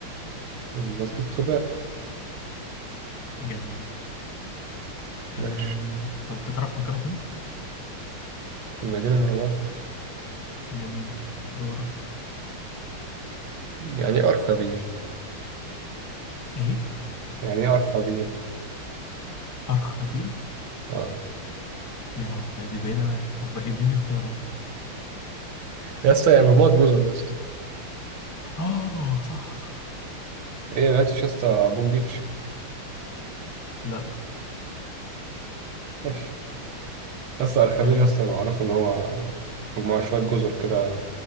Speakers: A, on the right; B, on the left.
A: مسجد قباء
B: جميل آه.
A: ماشي
B: طب أنت تعرف مكانه فين
A: في المدينة المنورة
B: جميل دورك
A: يعني ايه أرخبيل
B: ايه
A: يعني ايه أرخبيل
B: أرخبيل
A: اه <laughs>
B: يا نهار أبيض، دي بعيدة أوي طب بقى اديني اختيارات
A: يا اسطى هي مجموعة جزر يا اسطى
B: اه صح صح صح
A: ايه ما لقيتش يا اسطى بوم بيتش
B: لا
A: ماشي يا اسطى أرخبيل
B: جميل
A: يا اسطى أنا معروف إن هو مجموعة شوية جزر كده